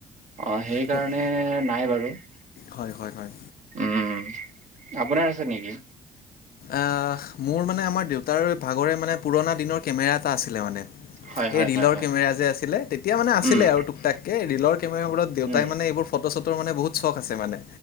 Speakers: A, on the right; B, on the left.
A: অহ', সেইকাৰণে
B: সেই-
A: নাই বাৰু। উম',
B: হয় হয় হয়।
A: আপোনাৰ আছে নেকি?
B: আহ মোৰ মানে আমাৰ দেউতাৰ ভাগৰে মানে পুৰণা দিনৰ কেমেৰা এটা আছিলে মানে
A: হয়, হয়,
B: এই ৰিলৰ
A: হয়, হয়।
B: কেমেৰা যে আছিলে। তেতিয়া মানে আছিলে
A: উম,
B: আৰু টুকটাককে ৰিলৰ কেমেৰাবোৰত দেউতাই
A: উম,
B: মানে এইবোৰ ফটো চটোৰ মানে বহুত চখ আছে, মানে